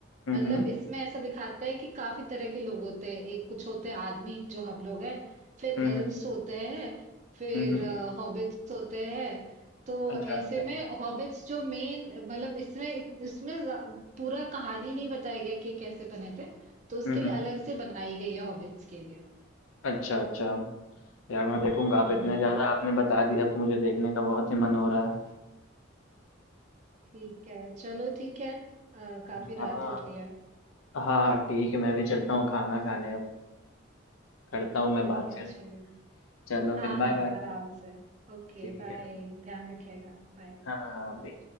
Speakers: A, on the left; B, on the right.
A: हम्म
B: मतलब
A: हम्म
B: इसमें ऐसा दिखाता है कि काफी तरह के लोग होते हैं एक कुछ होते हैं आदमी जो हम लोग हैं फिर
A: हम्म
B: एल्व्स होते हैं फिर
A: हम्म हम्म,
B: हॉबिट्स होते हैं तो
A: अच्छा अच्छा
B: ऐसे में हॉबिट्स जो मेन मतलब इसमें इसमें जा- पूरा कहानी नहीं बताया गया कि कैसे बने थे तो उसके
A: हम्म
B: लिए
A: हम्म
B: अलग से बनाई गई है हॉबिट्स के लिए
A: अच्छा अच्छा यार मैं देखूंगा आप
B: हम्म
A: इतने ज्यादा आपने बता दिया अब तो मुझे देखने का बहुत ही मन हो रहा है
B: ठीक है चलो ठीक है अ, काफी
A: हाँ
B: रात हो रही है
A: हाँ ठीक है मैं भी चलता हूँ खाना खाने अब करता हूँ मैं
B: ठीक
A: बात
B: है
A: फिर
B: चलो
A: चलो
B: हाँ
A: फिर बाय
B: हाँ
A: बाय
B: आराम से ओके
A: ठीक
B: बाय
A: है
B: ध्यान रखिएगा बाय
A: हाँ अभी।